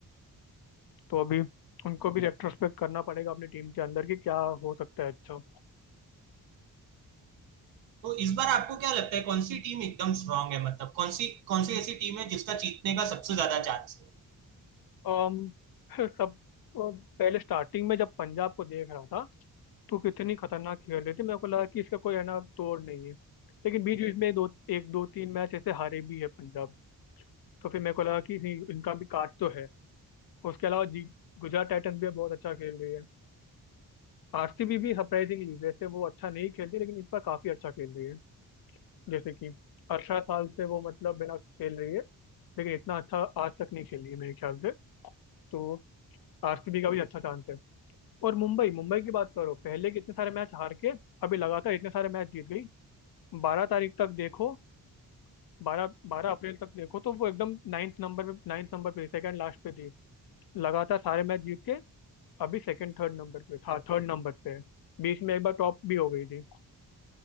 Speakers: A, on the left (about 55°); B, on the right (about 90°).
A: तो अभी उनको भी रेट्रोस्पेक्ट करना पड़ेगा अपनी टीम के अंदर कि क्या हो सकता है अच्छा
B: तो इस बार आपको क्या लगता है कौन सी टीम एकदम स्ट्रांग है मतलब कौन सी कौन सी ऐसी टीम है जिसका जीतने का सबसे ज्यादा चांस है
A: अम, <laughs> सब पहले स्टार्टिंग में जब पंजाब को देख रहा था तो कितनी खतरनाक खेल रही थी मेरे को लगा कि इसका कोई है ना तोड़ नहीं है लेकिन बीच बीच में दो एक दो तीन मैच ऐसे हारे भी है पंजाब तो फिर मेरे को लगा कि नहीं, इनका भी काट तो है उसके अलावा जी गुजरात टाइटंस भी बहुत अच्छा खेल रही है आरसीबी भी सरप्राइजिंगली वैसे वो अच्छा नहीं खेलती लेकिन इस बार काफी अच्छा खेल रही है जैसे कि अठारह साल से वो मतलब बिना खेल रही है लेकिन इतना अच्छा आज तक नहीं खेली है मेरे ख्याल से तो आरसीबी का भी अच्छा चांस है और मुंबई मुंबई की बात करो पहले कितने सारे मैच हार के अभी लगातार इतने सारे मैच जीत गई बारह तारीख तक देखो बारह बारह अप्रैल तक देखो तो वो एकदम नाइन्थ नंबर पे नाइन्थ नंबर पे सेकंड लास्ट पे थी लगातार सारे मैच जीत के अभी सेकंड थर्ड नंबर पे था थर्ड नंबर पे है। बीच में एक बार टॉप भी हो गई थी